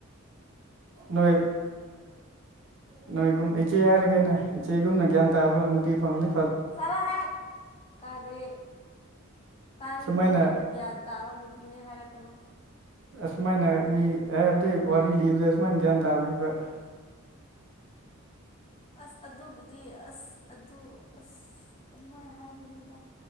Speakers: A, on the right (about 65°); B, on the left (about 30°).
A: ꯅꯣꯏ ꯅꯣꯏꯒꯨꯝ ꯏꯆꯦ ꯍꯥꯏꯔꯒꯦꯅ ꯏꯆꯦꯒꯨꯝꯅ ꯒ꯭ꯌꯥꯟ ꯇꯥꯕ ꯅꯨꯄꯤ ꯐꯪꯂꯂꯤ
B: ꯆꯔ ꯍꯦꯛ ꯀꯔꯦ ꯇꯥꯅꯤꯡꯗꯦ
A: ꯁꯨꯃꯥꯏꯅ
B: ꯑꯩꯕꯨ ꯒ꯭ꯌꯥꯟ ꯇꯥꯕ ꯅꯨꯄꯤꯅꯦ ꯍꯥꯏꯔꯛꯀꯅꯨ
A: ꯑꯁꯨꯃꯥꯏꯅ ꯃꯤ ꯍꯥꯏꯕꯗꯤ ꯋꯥꯔꯤ ꯂꯤꯕꯗ ꯑꯁꯨꯃꯥꯏꯅ ꯒ꯭ꯌꯥꯟ ꯇꯥꯕꯤꯕ <inaudible>
B: ꯑꯁ ꯑꯗꯨꯕꯨꯗꯤ ꯑꯁ ꯑꯗꯨ ꯑꯁ ꯑꯗꯨꯃꯥꯏꯅ ꯍꯥꯏꯒꯣꯏꯅꯣꯗ